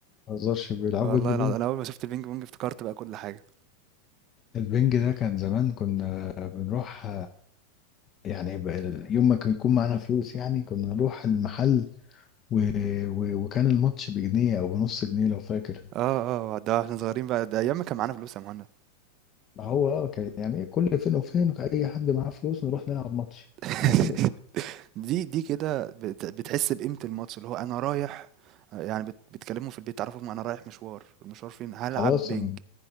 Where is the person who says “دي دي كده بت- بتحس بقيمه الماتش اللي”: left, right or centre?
Right